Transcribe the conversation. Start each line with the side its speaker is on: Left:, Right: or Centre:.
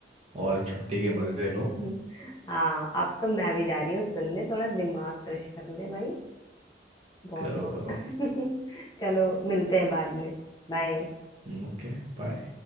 Right: और छुट्टी के मज़े लो
Left: <laughs> हाँ अब तो मैं भी जा रही हूँ सुनने थोड़ा दिमाग फ्रेश करने भाई बहुत
Right: करो
Left: हो गया
Right: करो
Left: <laughs> चलो मिलते हैं बाद में बाय
Right: ओके बाय